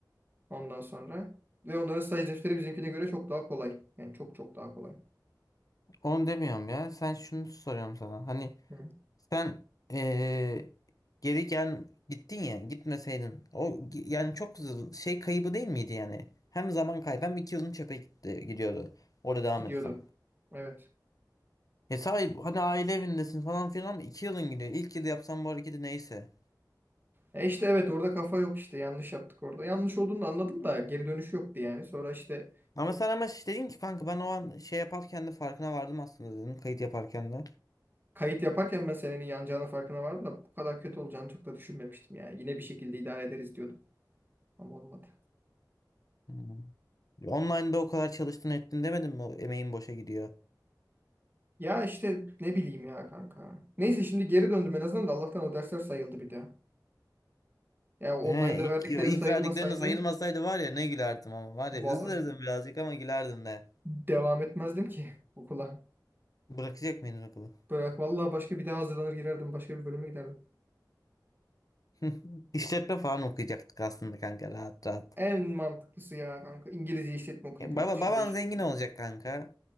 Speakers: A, on the right (about 25°); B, on the left (about 50°).
A: ondan sonra. Ve onların staj defteri bizimkine göre çok daha kolay. Yani çok çok daha kolay.
B: Onu demiyorum ya. Sen şunu soruyorum sana. Hani
A: Hı.
B: sen eee, geri gel gittin ya gitmeseydin. O gi- yani çok zı- şey kaybı değil miydi yani? Hem zaman kaybı hem iki yılın çöpe gitti, gidiyordu. Orada devam
A: Gidiyordu.
B: etsen.
A: Evet.
B: E sahip hani aile evindesin falan filan ama iki yılın gidiyor. İlk yıl yapsan bu hareketi neyse.
A: E işte evet orada kafa yok işte yanlış yaptık orada. Yanlış olduğunu da anladım da geri dönüş yoktu yani. Sonra işte
B: Ama sen ama şey dedin ki kanka ben o an şey yaparken de farkına vardım aslında dedin. Kayıt yaparken de.
A: kayıt yaparken ben senenin yanacağının farkına vardım da bu kadar kötü olacağını çok da düşünmemiştim yani. Yine bir şekilde idare ederiz diyordum ama olmadı.
B: Hmm. Online'da o kadar çalıştın ettin demedin mi o emeğin boşa gidiyor.
A: Ya işte ne bileyim ya kanka. Neyse şimdi geri döndüm en azından da Allah'tan o dersler sayıldı bir daha. Ya online'da
B: He, ilk,
A: verdiklerim
B: yo, ilk
A: sayılmasaydı
B: verdikleriniz sayılmasaydı var ya ne gülerdim ama var
A: va-
B: ya üzülürdüm birazcık ama gülerdim de.
A: devam etmezdim ki <laughs> okula.
B: Bırakacak mıydın okulu?
A: Bırak vallahi başka bir daha hazırlanır girerdim başka bir bölüme giderdim.
B: <laughs> İşletme falan okuyacaktık aslında kanka rahat rahat.
A: En mantıklısı ya kanka İngilizce işletme okuyup
B: E,
A: yurt
B: baba
A: dışında
B: baban
A: iş
B: zengin
A: bulmak.
B: olacak kanka.